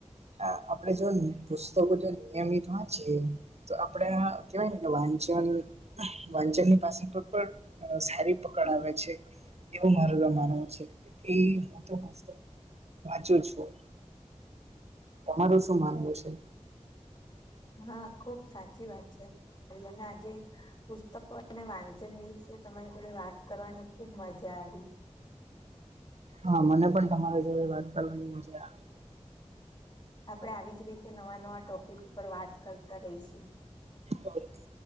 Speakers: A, on the right; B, on the left.
A: હ આપણેે જો પુસ્તકો જો નિયમિત વાંચીયે તો આપણેે કેવાય ને કે વાંચન વાંચન ની પાષા પર પણ સારી પકડ આવે છે એવું મારે ર માનવું છે એ હું તો પુસ્તક ઈ વાચુ છું તમારું શું માનવું છે?
B: હા ખુબ સાચી વાત છે અને આજે પુસ્તકો અને વાંચન વિશે તમારી જોડે વાત કરવાની ખુબ મજા આવી
A: હા મને પણ તમારે જોડે વાત કરવાની મજા આવે
B: આપડણે આવી જ રીતે નવા નવા ટોપિક ઉપર વાત કરતા રહીશ
A: ઓકે.